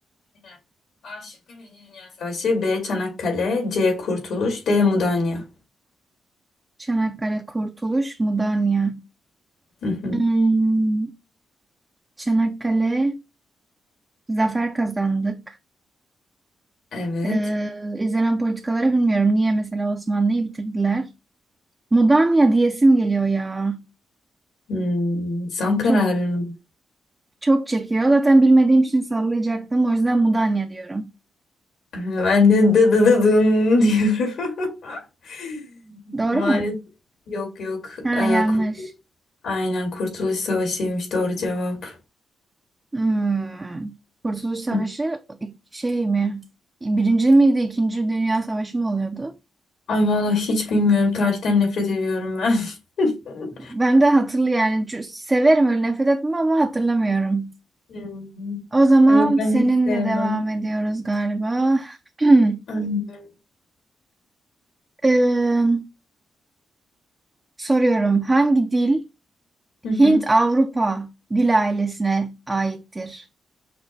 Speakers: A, on the left; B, on the right.
A: Aynen. A şıkkı Birinci Dünya Savaşı. B. Çanakkale, C. Kurtuluş, D. Mudanya.
B: Çanakkale, Kurtuluş, Mudanya.
A: Hı hı.
B: Hmm, Çanakkale, zafer kazandık.
A: Evet.
B: Ee, izlenen politikaları bilmiyorum. Niye mesela Osmanlı'yı bitirdiler? Mudanya diyesim geliyor ya.
A: Hmm, son kararın.
B: Çok
A: mı?
B: Çok çekiyor. Zaten bilmediğim için sallayacaktım. O yüzden Mudanya diyorum.
A: Ee, Ben de dı dı dı dın diyorum. <laughs>
B: Doğru
A: Maalesef
B: mu?
A: yok yok.
B: Ha
A: Ee,
B: yanlış.
A: kur- aynen Kurtuluş Savaşı'ymış doğru cevap.
B: Hmm. Kurtuluş Savaşı
A: Hı.
B: şey mi? Birinci miydi? İkinci Dünya Savaşı mı oluyordu?
A: Ay vallahi hiç bilmiyorum. Tarihten nefret ediyorum ben. <laughs>
B: Ben de hatırlı yani Çü- severim öyle nefret etmem ama hatırlamıyorum.
A: Hmm.
B: O zaman
A: Ay yok ben
B: seninle
A: hiç sevmem.
B: devam ediyoruz galiba. <clears throat>
A: Aynen.
B: Ee, soruyorum. Hangi dil
A: Hı hı.
B: Hint-Avrupa dil ailesine aittir?